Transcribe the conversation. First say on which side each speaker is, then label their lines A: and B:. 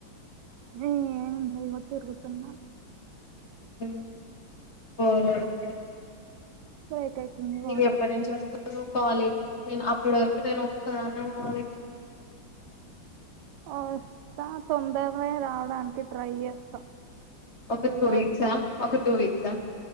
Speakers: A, on the right (about 70°); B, on the left (about 45°).
A: ఏం లే ఇగో తిరుగుతున్న
B: మ్మ్ బోర్ కోడు
A: బ్రేక్ అయితుంది వాయిస్.
B: ఇది ఎప్పడి నుంచి వస్తే నేను కాలేజ్‌కి పోయిన అప్పటి వరకు నేను ఒక్కదాన్నే పోవాలి
A: వస్తా తొందరనే రావడానికి ట్రై చేస్తా
B: ఒక
A: చూడాలి.
B: టూ వీక్సా ఒక టూ వీక్సా